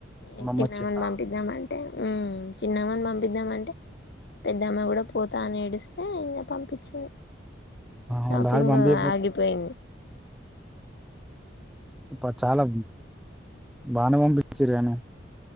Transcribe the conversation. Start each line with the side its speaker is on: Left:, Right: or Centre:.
Left: ఈ
Centre: మమ్మ
Left: చిన్నమని
Centre: వచ్చిందా
Left: పంపిద్దామన్ హుమ్ చిన్నమని పంపిద్దామంటే పెద్దామే గుడా పోతా అని ఏడిస్తే ఇంకా పంపిచినా షాపింగు
Centre: వాళ్ళ డాడీ పంపి
Left: ఆగిపోయింది
Centre: పద్ చాలవు బానే పంపిచిరు గా నాక్